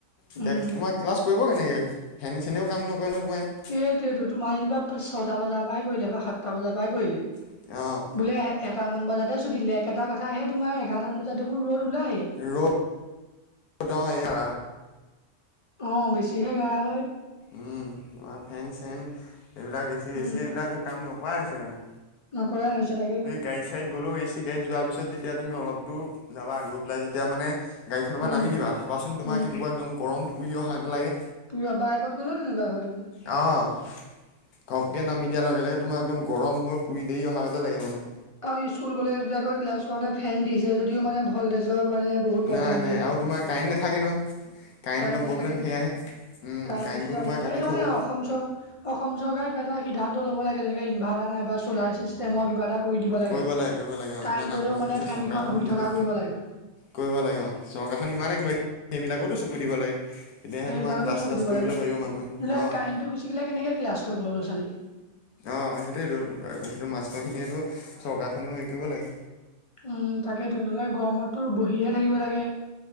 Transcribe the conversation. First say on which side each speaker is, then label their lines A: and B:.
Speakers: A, on the left; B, on the left.
A: এতিয়া
B: উম।
A: তোমাক। কৰিব কেনেকে ফেন চেনেও কাম নকৰে নহয় তোমাৰ ইয়াত।
B: সেইটোৱটো তোমাৰ যেনিবা ছটা বজাৰ পৰাই কৰিলে বা সাতটা বজাৰ পৰাই কৰিলে।
A: ইয়াত অঁ
B: বোলে এটামান বজাতে ছুটী দিলে কেবা কথাহে তোমাৰ এঘাৰটামান বজাত দেখোন ৰ'দ ওলায়ে।
A: ৰ' দ অ এয়া।
B: অঁ বেছি হে কাঢ়া হয়।
A: উম তোমাৰ ফেন চেন এইবিলাক এ চি
B: উম
A: এচি এইবিলাক একো কাম নকৰাই হৈছে মানে।
B: নকৰাই হৈছে তাকেতো।
A: গাডী চাৰিড গ'লও এ চি গাড়ীত যোৱাৰ পিছত যেতিয়া তুমি অলপ দূৰ যাবা, গৈ পেলাই যেতিয়া মানে গাড়খনৰ পৰা
B: উম
A: নামি দিবা চাবাসোণ
B: উম।
A: কেনেকুৱা একদম গৰম পুৰি অহা গ লাগে।
B: <inaudible> বাইকত গ'লও তেনেকুৱা হয় টো।
A: অঁ', ঘপকে নামি দিয়াৰ লগে লগে তোমাৰ একদম গৰম হৈ পুৰি দেৰি অহাৰ গতে লাগে মানে।
B: আৰু স্কুল কলেজ বিলাকত ক্লাছ কৰওঁতে ফেন দিছে যদিও মানে ভল্টেজৰ মানে বহুত প্ৰব্লেম
A: নাই নাই,
B: দিয়ে।
A: আৰু তোমাৰ কাৰেণ্ট নাথাকে নহ। কাৰেণ্টৰ
B: কাৰেণ্ট নাথাকে
A: প্ৰব্লেম সেয়াহে, ওম',
B: কাৰেণ্ট
A: কাৰেণ্টটো
B: গুচি যায় মানে
A: তোমাৰ কাটি
B: এইটো মানে
A: থ'ব।
B: অসম চ অসম চৰকাৰে কিবা এটা সিদ্ধান্ত ল'ব লাগে যেনেকৈ ইনভাৰটাৰ নাই বা চ'লাৰ ছিষ্টেমৰ কিবাটা কৰি দিব লাগে,
A: কৰিব কৰিব লাগে অ
B: কাৰেণ্ট
A: ইমান আগবাঢ়ি
B: গ'লেও মানে
A: গৈছে
B: ফেনকেইখন
A: চৰকাৰখন
B: ঘূৰি
A: কিন্তু
B: থকা কৰিব লাগে।
A: কৰিব লাগে অ', চৰকাখন ইমানে <inaudible> সেইবিলাকতো চকু দিব লাগে। তেতিয়াহে
B: সেইবিলাকতো
A: তোমাৰ ক্লাছ
B: চকু
A: শ্লাছ
B: দিব
A: কৰিবলে
B: লাগে।
A: পাৰিব মানুহে,
B: নহ'লে
A: অঁ'।
B: কাৰেণ্টটো গুচি গ'লে কেনেকে ক্লাছ কৰিব ল'ৰা ছোৱালী।
A: অ', সেইটোৱেটো, সেইটো মাষ্টৰ খিনিয়েটো চৰকাৰখনেও হেৰি কৰিব লাগে।
B: উম', তাকেইতো ন'হলে গৰমততো বহিহে থাকিব লাগে।